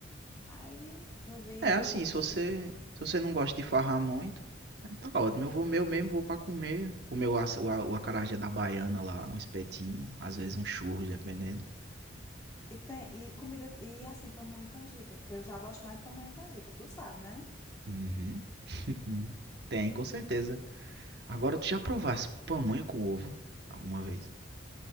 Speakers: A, on the left (about 15°); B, on the right (about 55°).
A: Aí não vi
B: É
A: isso
B: assim,
A: aí, não,
B: se você.
A: viu?
B: Se você não gosta de farrar muito, é, tá ótimo. Eu vou meu mesmo, vou pra comer. Comer o, aça- o, a- o acarajé da baiana lá, um espetinho, às vezes um churro, dependendo.
A: E tem e comida e é assim pamonha e canjica, porque eu já gosto mais de pamonha e canjica, tu sabe, né?
B: Uhum. <laughs> Tem, com certeza. Agora tu já provasse pamonha com ovo alguma vez?